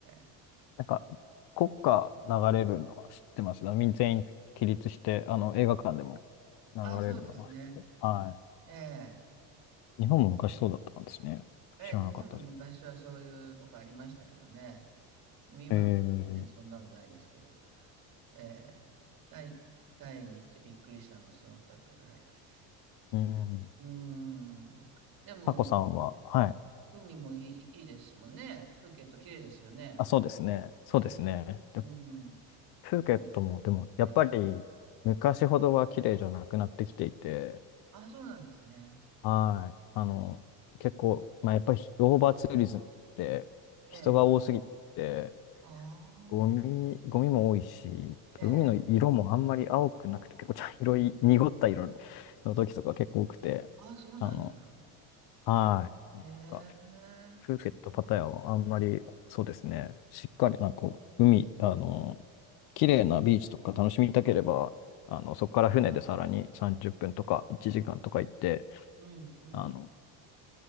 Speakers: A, on the right (about 50°); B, on the left (about 55°).
A: え
B: なんか、国歌流れるのは知ってます。みん全員起立して、あの、映画館でも流れるのは知ってる。
A: あ、そうですね。
B: は
A: ええ
B: い。日本も昔そうだったんですね。
A: ええ日本も昔はそういうとこありましたけどね。
B: 知らなかったです。
A: もう今は全然そんなのないですけど、
B: ええ
A: えータイ、タイに行ってびっくりしたのはその2つぐらいかしら。
B: うん。
A: うーん。でも、
B: さこさんは、はい。
A: 海もいい、いいですもんね。プーケット綺麗ですよね。
B: あ、そうですね。そうですね。
A: はい。
B: で
A: うん。うん
B: プーケットも、
A: プーケット
B: でも、やっぱり、昔ほどは綺麗じゃなくなってきていて、
A: あ、そうなんですね。
B: はい。あの、結構、まあ、やっぱり、オーバーツーリズムって、人が多すぎて、
A: ええ。あ
B: ゴミ、ゴミも多いし、
A: あ、
B: 海の色もあんまり青くなくて、
A: ええ。
B: 結構茶色い、濁った色の時とか結構多くて、
A: あ、そうなんだ。
B: あの、はい。なんか
A: へえ。
B: プーケット、パタヤはあんまり、そうですね、しっかり、なんかこう、海、あの、綺麗なビーチとか楽しみたければ、あの、そこから船でさらに30分とか1時間とか行って、
A: うん、うん。
B: あの、